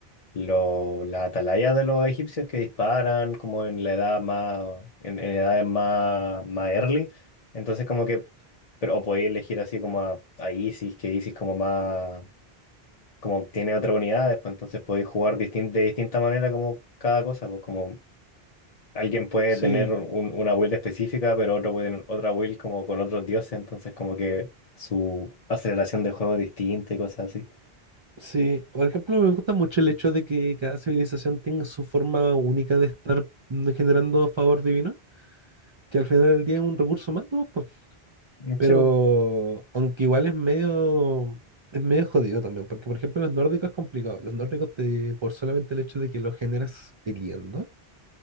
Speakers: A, on the left (about 40°); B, on the right (about 45°).
A: lo, las atalaya de los egipcios que disparan como en la edad más, en, en edades más, más early. Entonces como que, pero o podéis elegir así como a, a Isis, que Isis como más, como tiene otra unidad, después entonces podéis jugar distin- de distinta manera como cada cosa, pues como alguien puede
B: Sí,
A: tener un- una build específica, pero otro puede tener otra build como con otros dioses, entonces como que su aceleración de juego es distinta y cosas así.
B: sí. Por ejemplo, me gusta mucho el hecho de que cada civilización tenga su forma única de estar mm, generando favor divino, que al final del día es un recurso más, ¿no? Pero
A: Sí, pues.
B: aunque igual es medio, es medio jodido también, porque por ejemplo los nórdicos es complicado. Los nórdicos te- por solamente el hecho de que los generas peleando,